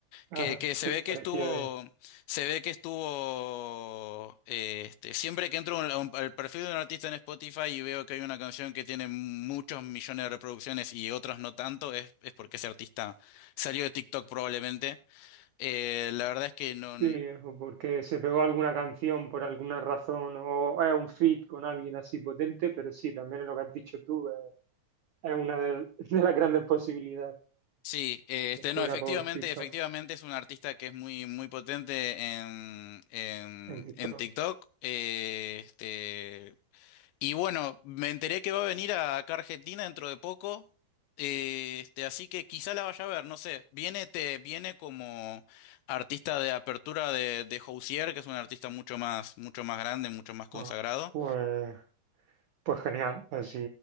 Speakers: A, on the right; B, on the left.
A: ajá,
B: que, que
A: <laughs>
B: se ve que
A: parecía
B: estuvo,
A: de.
B: se ve que estuvo, eh, este, siempre que entro a un- al perfil de un artista en Spotify y veo que hay una canción que tiene muchos millones de reproducciones y otras no tanto, es, es porque ese artista salió de TikTok probablemente. Eh, la verdad es que no.
A: Sí, o porque se pegó alguna canción por alguna razón o es un feat con alguien así potente, pero sí, también es lo que has dicho tú, eh, es una de, <laughs> de las grandes posibilidades
B: Sí, eh,
A: que
B: este
A: fuera
B: no, efectivamente,
A: por TikTok,
B: efectivamente es un artista que es muy, muy potente en, en,
A: en TikTok.
B: en TikTok. eh, este, y bueno, me enteré que va a venir a- acá a Argentina dentro de poco. eh, este, así que quizá la vaya a ver, no sé. Viene, te, viene como artista de apertura de, de Housier, que es un artista mucho más, mucho más grande, mucho más consagrado.
A: Ah, pues, pues genial, así